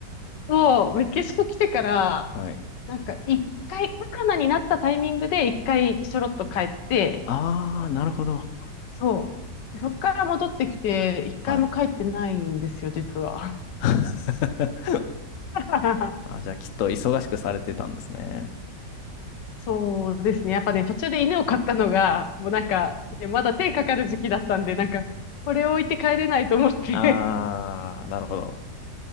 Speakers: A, on the left (about 75°); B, on the left (about 60°).
A: そう、メキシコ来てから、
B: はい。
A: なんか一回、コロナになったタイミングで一回ちょろっと帰って、
B: ああ、なるほど。
A: そう。でそっから戻ってきて、一回も帰ってないんですよ、
B: はい。
A: 実は。
B: <laughs>
A: <laughs>
B: あ、じゃあきっと忙しくされてたんですね。
A: そうですね。やっぱね、途中で犬を飼ったのが、もうなんか、ね、まだ手かかる時期だったんで、なんか、これを置いて帰れないと思って
B: ああ、なるほど。